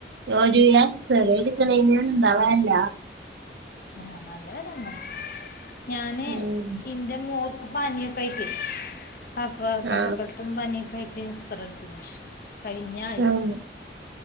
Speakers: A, on the right; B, on the left.
A: ഒര് എക്സ്റെ എടുക്കണന് എന്താ വേല
B: ആഹ് നല്ല വേദനതെന്നെ ഞാന്
A: ഉം,
B: എൻ്റെ മോൾ പാനിയൊക്കെയായിട്ടെ കഫ കഫക്കെട്ടും
A: ആ,
B: പനിയക്ക ആട്ട് ശ്എക്‌സറെ എടുത്തിന് കഴിഞ്ഞ ആഴ്ച
A: ഉം,